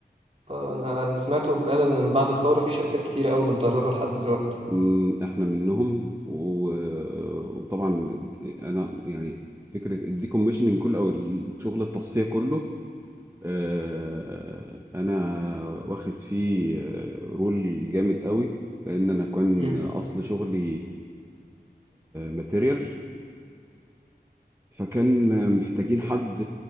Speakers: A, on the right; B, on the right.
A: آه، انا اللي سمعته فعلا ان من بعد الثوره في شركات كتير قوي متضرره لحد دلوقتي
B: مم، احنا منهم و... وطبعا انا يعني فكره الديكوميشننج كله او شغل التصفيه كله آه، انا واخد فيه آه، رول جامد قوي لان انا كان
A: مم.
B: اصل شغلي ماتيريال فكان محتاجين حد